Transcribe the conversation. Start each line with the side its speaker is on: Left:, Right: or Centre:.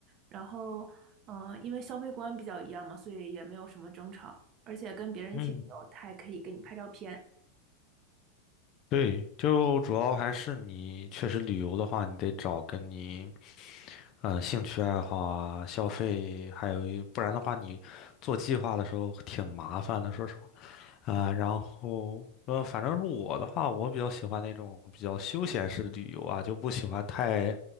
Right: 然后，嗯，因为消费观比较一样嘛，所以也没有什么争吵，而且跟别人一起旅游，
Left: 嗯
Right: 他还可以给你拍照片。
Left: 对，就主要还是你确实旅游的话，你得找跟你，呃，兴趣爱好啊、消费，还有一，不然的话，你做计划的时候挺麻烦的，说实话。啊，然后呃，反正是我的话，我比较喜欢那种比较休闲式的旅游啊，就不喜欢太